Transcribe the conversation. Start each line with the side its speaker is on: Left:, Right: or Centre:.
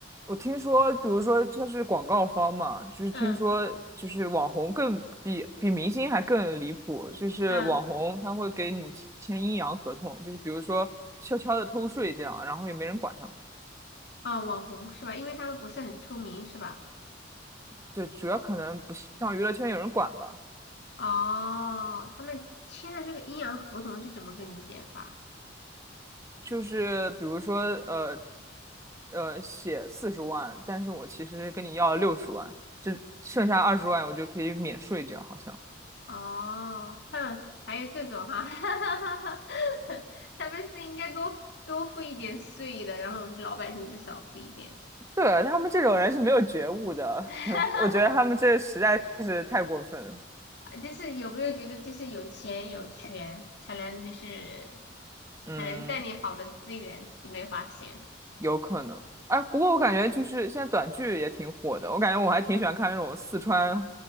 Right: 我听说，比如说这是广告方嘛，就是听说就是网红更比比明星还更离谱，
Left: 嗯
Right: 就是网红他会给你签阴阳合同，
Left: 嗯，
Right: 就是比如说悄悄的偷税这样，然后也没人管他们。
Left: 哦，网红是吧？因为他们不是很出名是吧？
Right: 对，主要可能不像娱乐圈有人管吧，
Left: 哦，他们签的这个阴阳合同是怎么个理解法？
Right: 就是比如说呃呃写四十万，但是我其实跟你要了六十万，这剩下二十万我就可以免税，这样好像。
Left: 哦，哼，还有这种哈，<laughs> 他们是应该多多付一点税的，然后老百姓就少付一点。
Right: 对，他们这种人是没有觉悟的，
Left: <laughs>
Right: <laughs> 我觉得他们这实在是太过分了。
Left: 就是有没有觉得就是有钱有权才能就是
Right: 嗯，
Left: 才能占领好的资源？有没有发现？
Right: 有可能。哎，不过我感觉就是现在短剧也挺火的，我感觉我还挺喜欢看那种四川